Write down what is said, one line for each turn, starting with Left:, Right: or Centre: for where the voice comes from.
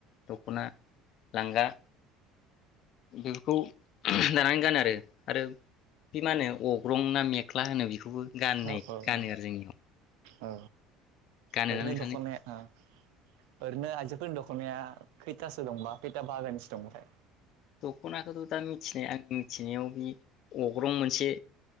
Left: दख'ना लांगा बि खौ दानानै गानो आरो। आरो बि मा होनो अक ग्रं ना मे ख्ला होनो बेखौबो गाननाय
Right: औ औ
Left: गानो
Right: औ
Left: आरो जोंनियाव।
Right: औ।
Left: गानोना
Right: फोरनो
Left: नोंसानि
Right: दखनाया ओ फोरनो आइजोफोरनि दख' नाया खैथासो दंबा खैथा बाहागोनिसो दंबावथाय?
Left: दख'नाखौथ' दा मिथिनाय आंनि मिथिनायाव बि अग्रं मोनसे